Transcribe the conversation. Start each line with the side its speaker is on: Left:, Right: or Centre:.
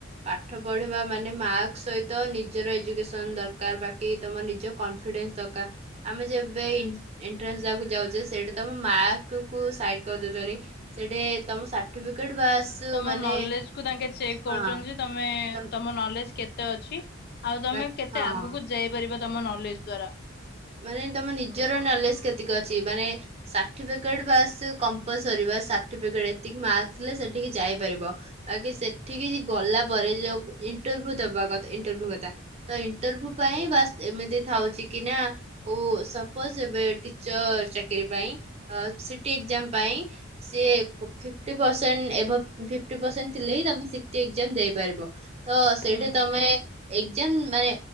Right: ପାଠ ପଢିବା ମାନେ ମାର୍କ ସହିତ ନିଜର ଏଜୁକେସନ୍ ଦରକାର ବାକି ତମ ନିଜ କନଫିଡେନ୍ସେ୍ ଦରକାରେ। ଆମେ ଯେବେ ଏଣ୍ଟ୍ରାନ୍ସଦବାକୁ ଯାଉଛେ ସେଇଟି ତମ ମାର୍କକୁ ସାଇଟି କରିଦୋଉଚନ୍ତି। ସେଇଠି ତମ ସାର୍ଟିଫିକେଟେ ବାସ୍
Left: ତମ
Right: ମାନେ
Left: ନଲେଜ କୁ ତାଙ୍କେ ଚେକେ
Right: ହଁ
Left: କରୁଚନ୍ତି ଯେ ତମେ
Right: ତ
Left: ତମ ନଲେଜେ କେତେ ଅଛି। ଆଉ ତମେ
Right: ବାକି
Left: କେତେ
Right: ହଁ
Left: ଆଗକୁ ଯାଇପାରିବ ତମ ନଲେଜେ ଦ୍ଵାରା।
Right: ମାନେ ତମ ନିଜର ନଲେଜେ କେତିକ ଅଛି ମାନେ ସାର୍ଟିଫିକେଟେ ବାସ୍ କଂପ୍ଲସରୀ ବାସ୍ ସାର୍ଟିଫିକେଟେ ଏତିକି ମାର୍କ ଥିଲେ ସଠିକି ଯାଇପାରିବ। ଆଗେ ସେଠିକି ଗଲା ପରେ ଯୋଉ ଇଣ୍ଟରଭ୍ୟୁ ଦବା କଥ ଇଣ୍ଟରଭ୍ୟୁ କଥା ତ ଇଣ୍ଟରଭ୍ୟୁ ପାଇଁ ବାସ୍ ଏମିତି ଥାଉଚି କି ନା ଓ ସପୋଜ୍ ଏବେ ଟିଚର ଚାକିରି ପାଇଁ ସିଟି ଏକ୍ଜାମ୍ ପାଇଁ। ସିଏ ଫିପିଟ୍ ପ୍ରସେଣ୍ଟେ ଏଭବ ଫିପିଟ୍ ପ୍ରସେଣ୍ଟେ ଥିଲେ ହିଁ ତମେ ସିଟି ଏକ୍ଜାମ୍ ଦେଇପାରିବ। ତ ସେଇଟା
Left: ହୁଁ
Right: ତମେ ଏକ୍ଜାମ୍ ମାନେ